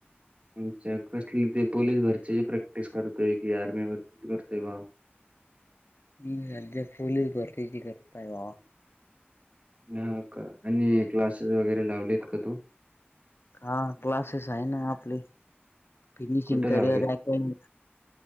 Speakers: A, on the right; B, on the left.
A: <unintelligible> कसली ती पोलीस भरतीची प्रॅक्टिस करतोय कि आर्मी भरती करतोय भाव
B: मी सध्या पोलीस भरतीची करताय भावा
A: ह का आणि क्लासेस वगैरे लावलेत का तू?
B: हा क्लासेस आहे ना आपले फिनिशिंग
A: कुठे लावलेत
B: career academy.